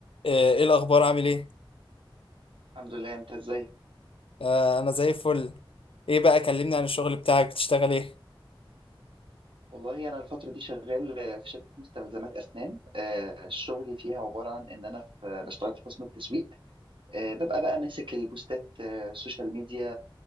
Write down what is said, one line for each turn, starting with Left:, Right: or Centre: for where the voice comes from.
Left: آه، ايه الاخبار عامل ايه
Right: الحمد لله انت ازاي
Left: آه انا زي الفل ايه بقى كلمني عن الشغل بتاعك بتشتغل ايه
Right: والله انا الفتره دي شغال آه، في شركه مستلزمات اسنان آه، شغلي فيها عباره عن ان انا في آه، بشتغل في قسم التسويق آه، ببقى بقى ماسك البوستات آه، السوشيال ميديا